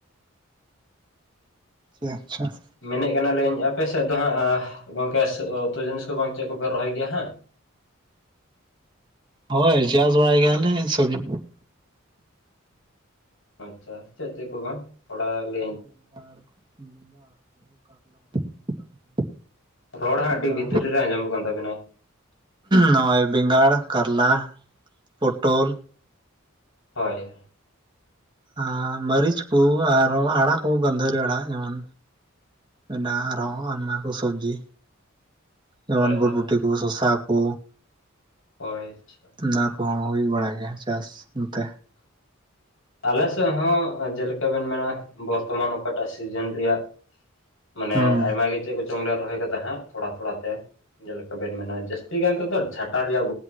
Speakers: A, on the right; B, on the left.
A: ᱜᱮᱭᱟ ᱟᱪᱪᱷᱟ ᱾
B: ᱢᱮᱱᱮᱫ ᱠᱟᱱᱟᱞᱤᱧ ᱟᱯᱮ ᱥᱮᱫ ᱫᱚ ᱦᱟᱸᱜ ᱜᱚᱢᱠᱮ ᱩᱛᱩ ᱡᱤᱱᱤᱥ ᱠᱚ ᱵᱟᱝ ᱪᱮᱫ ᱠᱚᱯᱮ ᱨᱚᱦᱚᱭ ᱜᱮᱭᱟ ᱦᱟᱸᱜ?
A: ᱦᱳᱭ ᱪᱟᱥ ᱵᱟᱲᱟᱭ ᱜᱮᱭᱟᱞᱮ ᱥᱚᱵᱡᱤ
B: ᱟᱪᱪᱷᱟ ᱪᱮᱫ ᱪᱮᱫ ᱠᱚ ᱵᱟᱝ ᱛᱷᱚᱲᱟ ᱞᱮ
A: ᱵᱮᱝᱜᱟᱲ ᱵᱮᱝᱜᱟᱲ ᱠᱚ ᱠᱟᱞᱞᱟ ᱠᱚ <unintelligible>
B: ᱨᱚᱲ ᱦᱟᱸᱜ
A: ᱡᱮᱴᱟ
B: ᱟᱹᱰᱤ ᱵᱷᱤᱛᱨᱤ ᱨᱮ ᱟᱸᱡᱚᱢᱚᱜ ᱠᱟᱱ ᱛᱟᱵᱤᱱᱟ ᱾
A: ᱱᱚᱜᱼᱚᱭ ᱵᱮᱸᱜᱟᱲ, ᱠᱟᱨᱞᱟ, ᱯᱚᱴᱚᱞ
B: ᱦᱳᱭ᱾
A: ᱟᱨ ᱢᱟᱹᱨᱤᱪ ᱠᱩ ᱟᱨ ᱦᱚᱸ ᱟᱲᱟᱜ ᱠᱚ ᱜᱟᱹᱫᱷᱟᱹᱨᱤ ᱟᱲᱟᱜ ᱡᱮᱢᱚᱱ ᱢᱮᱱᱟᱜᱼᱟ ᱟᱨᱦᱚᱸ ᱟᱭᱢᱟ ᱠᱚ ᱥᱚᱵᱡᱤ᱾ ᱡᱮᱢᱚᱱ
B: ᱦᱳᱭ
A: ᱵᱚᱨᱵᱩᱴᱤ
B: ᱦᱳᱭ
A: ᱠᱚ ᱥᱚᱥᱟ ᱠᱚ᱾
B: ᱦᱳᱭ ᱟᱪᱪᱷᱟ᱾
A: ᱚᱱᱟ ᱠᱚᱦᱚᱸ ᱦᱩᱭ ᱵᱟᱲᱟᱜ ᱜᱮᱭᱟ ᱪᱟᱥ ᱱᱚᱛᱮ᱾
B: ᱟᱞᱮ ᱥᱮᱫ ᱦᱚᱸ ᱡᱮᱞᱮᱠᱟ ᱵᱮᱱ ᱢᱮᱱᱟ ᱵᱚᱨᱛᱚᱢᱟᱱ ᱚᱠᱟᱴᱟᱜ ᱥᱤᱡᱤᱱ ᱨᱮᱭᱟᱜ ᱢᱟᱱᱮ
A: ᱦᱩᱸ
B: ᱟᱭᱢᱟ ᱜᱮ ᱪᱮᱫ ᱠᱚᱪᱚᱝ ᱞᱮ ᱨᱚᱦᱚᱭ ᱠᱟᱫᱟ ᱦᱟᱸᱜ ᱛᱷᱚᱲᱟ ᱛᱷᱚᱲᱟ ᱛᱮ᱾ ᱡᱮᱞᱮᱠᱟ ᱵᱮᱱ ᱢᱮᱱᱟ ᱡᱟᱹᱥᱛᱤ ᱜᱟᱱ ᱛᱮᱫᱚ ᱡᱷᱟᱴᱟ ᱨᱮᱭᱟᱜ